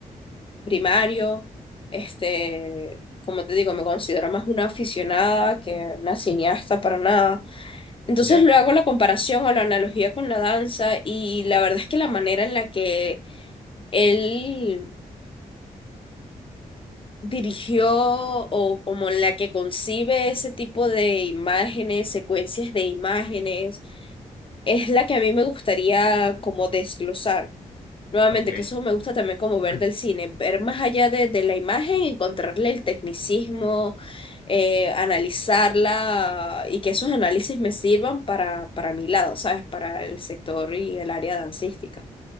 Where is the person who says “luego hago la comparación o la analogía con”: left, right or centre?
Left